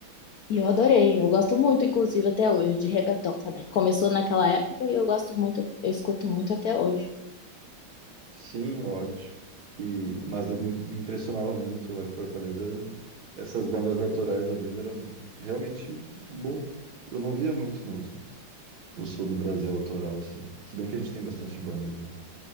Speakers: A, on the left (about 80°); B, on the right (about 55°).
A: E eu adorei, eu gosto muito, inclusive, até hoje, de reggaeton também. Começou naquela época e eu gosto muito, eu escuto muito até hoje.
B: Sim, é ótimo. E, mas eu me me impressionava muito lá em Fortaleza. Essas bandas autorais ao vivo eram realmente bom. Eu não via muito no, no sul do Brasil autoral, assim. Se bem que a gente tem bastante banda, né?